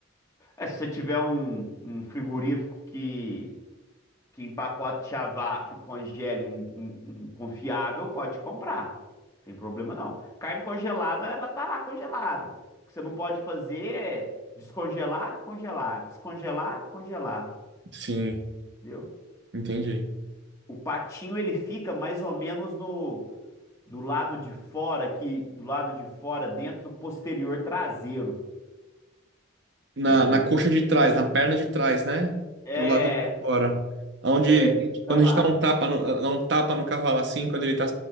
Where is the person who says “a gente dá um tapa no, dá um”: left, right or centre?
Right